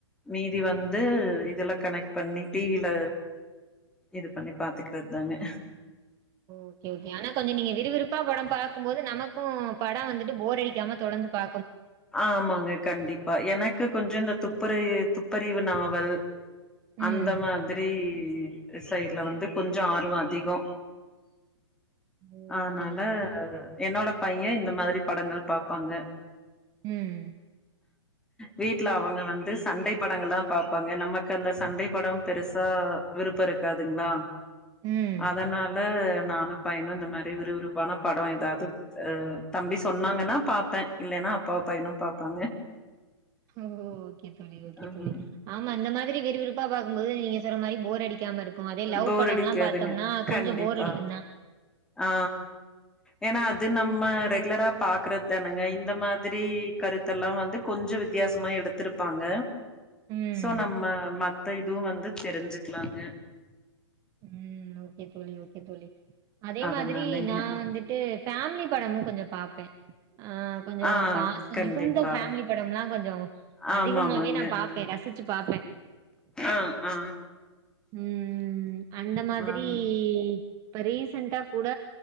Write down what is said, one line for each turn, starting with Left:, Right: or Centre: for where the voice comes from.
Centre: மீதி வந்து இது இதெல்லா கனெக்ட் பண்ணி டிவில இது பண்ணி பாத்துக்கிறத் தாங்க
Right: ஓகே ஓகே ஆனா கொஞ்சோ நீங்க விறுவிறுப்பா படம் பாக்கும்போது நமக்கு அ படோ வந்துட்டு போர் அடிக்காம தொடர்ந்து பா
Centre: ஆமாங்க கண்டிப்பா எனக்கு கொஞ்சோ இந்த துப்பறியி துப்பறிவு நா வல் அந்த
Right: ம்
Centre: மாதிரி <unintelligible> சைட்ல வந்து கொஞ்சோ ஆர்வோ அதிகோ
Right: ஓகே
Centre: அத்னால
Right: ஓகே தோழி
Centre: என்னோட <unintelligible> ஏ இந்த மாதிரி படங்கள் பாப்பாங்க
Right: ம்
Centre: வீட்ல அவங்க வந்து சண்டை படங்கள்லா பாப்பாங்க நமக்கு அந்த சண்டை படம் பெருசா விருப்போ இருக் காதுங்களா
Right: ம்
Centre: அதனால நானு பையனு இந்த மாதிரி விறுவிறுப்பான படோ எதாவ்து அ தம்பி சொன்னாங்கன்னா பாப்பே இல்லேன்னா அப் பாப்பா என்னும் பாப்பாங்க
Right: ஓ ஓகே தோழி ஓகே
Centre: ம்
Right: தோழி ஆமா அந்த மாதிரி <unintelligible> விறுவிறுப்பான பாக்கும் போது நீங்க சிறமாயி போர் <unintelligible> இருக்கு அதே லவ்
Centre: போர்டிக்காதுங்க
Right: படம்லா பாத்தோம்னா
Centre: கண்டிப்பா
Right: கொஞ்சோ போர் அடிக்குந்தா
Centre: அ ஏன்னா அது நம்ம <unintelligible> ரெகுலரா பாக்குற தானங்க இந்த மாதிரி கருத்தெல்லா வந்து கொஞ்சோ வித்தியாசமா எடுத்திருப்பாங்க
Right: ம்
Centre: சோ நம்ம மத் த்த இதுவு வந்து தெரிஞ்சுக்கலாங்க
Right: ம் ஓகே தோழி ஓகே தோழி அதே
Centre: அதனாலங்க
Right: மாதிரி நா வந்துட்டு ஃபேமிலி படமு கொஞ்சோ பாப்பே ஆ கொஞ்சோ
Centre: ஆ
Right: பாசம்
Centre: கண்டிப்பா
Right: மிகுந்த ஃபேமிலி படம் லா கொஞ்சோ
Centre: ஆமாமாங்க
Right: அதிகமாவே நா பாப்பே ரசிச்சு பாப்பே
Centre: ஆ ஆ
Right: ம் அந்த மாதிரி
Centre: ஆ
Right: இப்ப ரீசெண்டா கூட